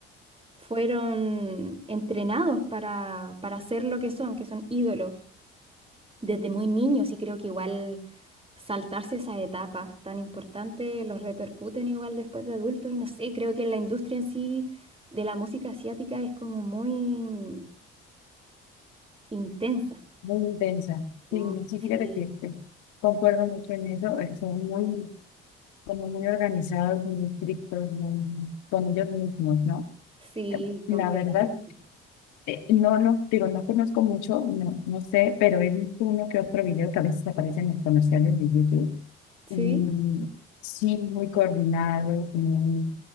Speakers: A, on the right; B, on the left.
A: fueron entrenados para, para ser lo que son, que son ídolos desde muy niños y creo que igual saltarse esas etapas tan importantes los repercuten igual después de adultos y no sé, creo que la industria en sí de la música asiática es como muy intensa.
B: muy intensa. Sí,
A: Mm,
B: sí, fíjate
A: Sí,
B: que, que concuerdo mucho en eso. eh, Son muy, como muy organizados, muy estrictos, muy, con ellos mismos, ¿no?
A: Sí,
B: Eh, La
A: completamente.
B: verdad, eh, no, no, digo, no conozco mucho, no, no sé, pero he visto uno que otro video que a veces aparece en los comerciales de YouTube.
A: Sí,
B: Y sí, muy coordinados, muy,